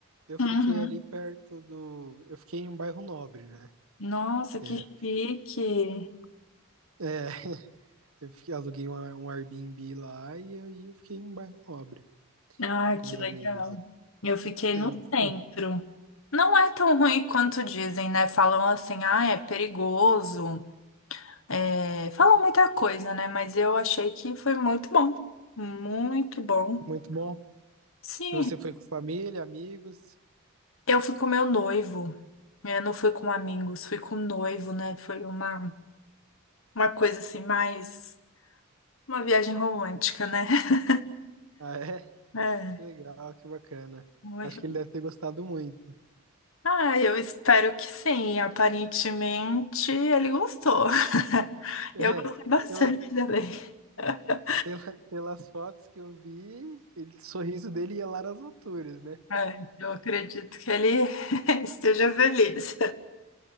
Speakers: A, on the right (about 70°); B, on the left (about 65°).
A: Eu
B: Uhum.
A: fiquei ali perto do. Eu fiquei em um bairro nobre, né?
B: Nossa, que
A: É,
B: chique!
A: é, eu fiquei- aluguei um, um Airbnb lá e eu, e eu fiquei em um bairro nobre
B: Ah,
A: com
B: que
A: os
B: legal.
A: amigos.
B: Eu fiquei
A: <clears throat>
B: no centro. Não é tão ruim quanto dizem, né? Falam assim, ah, é perigoso. É, falam muita coisa, né? Mas eu achei que foi muito bom. Muito bom.
A: Muito bom.
B: Sim,
A: E você foi com família, amigos?
B: eu fui com meu noivo. Eu não fui com amigos, fui com noivo, né? Foi uma, uma coisa assim, mais uma viagem romântica, né? <laughs>
A: Ah, é?
B: É.
A: Que legal, que bacana.
B: muito-
A: Acho que ele deve ter gostado muito.
B: Ah, eu espero que sim. Aparentemente ele gostou. <laughs>
A: É,
B: Eu gostei bastante
A: pela-
B: dele. <laughs>
A: Pela- <laughs> pelas fotos que eu vi, ele, o sorriso dele ia lá nas alturas, né?
B: É, eu acredito que ele <laughs> esteja feliz.